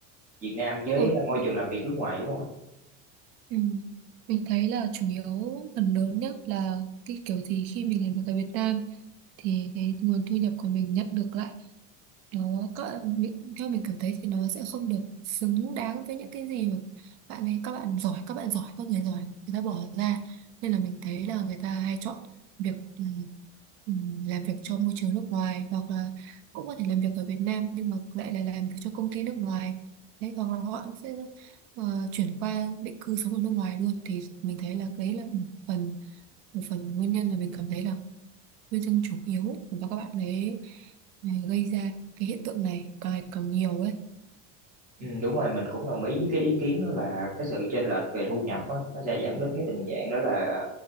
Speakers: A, on the right; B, on the right.
A: Việt Nam với
B: đúng rồi
A: môi
B: đúng rồi
A: trường làm việc nước ngoài đúng không?
B: Ừ. Mình thấy là chủ yếu phần lớn nhất là cái kiểu gì khi mình làm việc ở Việt Nam thì cái nguồn thu nhập của mình nhận được lại nó có mình- theo mình cảm thấy thì nó sẽ không được xứng đáng với những cái gì mà bạn ấy các bạn giỏi các bạn giỏi các người giỏi người ta bỏ ra nên là mình thấy là người ta hay chọn việc ừ, ừ, làm việc cho môi trường nước ngoài hoặc là cũng có thể làm việc ở Việt Nam nhưng mà lại là làm việc cho công ty nước ngoài đấy hoặc là họ sẽ ờ, chuyển qua định cư sống ở nước ngoài luôn thì mình thấy là đấy là một phần một phần nguyên nhân mà mình cảm thấy là nguyên nhân chủ yếu và các bạn ấy ấy gây ra cái hiện tượng này càng ngày càng nhiều ấy
A: Ừ, đúng rồi, mình cũng đồng ý với cái ý kiến đó là cái sự chênh lệch về thu nhập á, nó sẽ dẫn đến cái tình trạng đó là